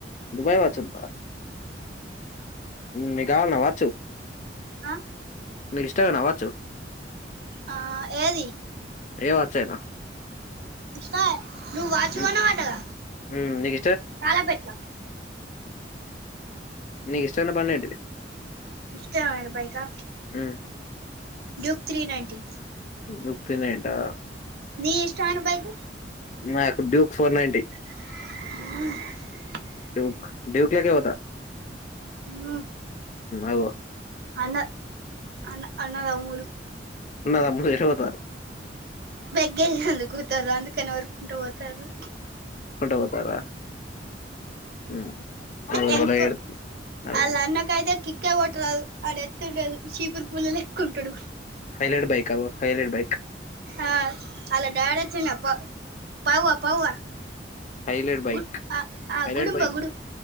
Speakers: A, on the left; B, on the right.
A: దుబయ వచ్చం మీ కావాలన్నా వాచ్చు
B: ఆ
A: మీకు ఇష్టమ అవచ్చు
B: ఆ ఏది
A: ఏ వాచ్ అయినా
B: ఇకాా నువ్వు వాచువన్నమాటద
A: హ్మ్ హ్మ్ నీకు
B: తాలా పెెట్ల
A: నకు ఇష్టంత పడింటిది
B: ఇష్టారు బాైకా
A: హ్మ్
B: ్యూక్ త్రీ నైన్టీ
A: యుక్తినే ఏంటా
B: నీ ఇష్ట అను బైకు
A: నాకు డ్యూక్ ఫోర్ నైన్ంటీ
B: ఈ
A: ఢివక లాక వత
B: ఆ
A: అవు్వ
B: అన్న అన్న అన్నదా మూలు
A: ఉన్నదా ముందు ఎటు పోతారు
B: బగ్గందుకు వారు అందుకనినావరుకుంట తరు
A: పోతారా ఉమ్. అగో
B: ఎన్కు
A: ఎవలో ఎడు అగో
B: అలా అన్న కయితే ఎక్క కొట్టరాదు ఆడు ఎత్తుండదు చీపుర్ పూలలు ఎక్కుంటాడు
A: హైలైట్ బైక్ అవ హైలైడ్ బైక్
B: ఆ అలా డాడచినప్ప పావువా పావా
A: హైలైట్ బైక్
B: గు ఆ ఆ
A: హైలైట్
B: గుడుబ
A: బైక్
B: గుడు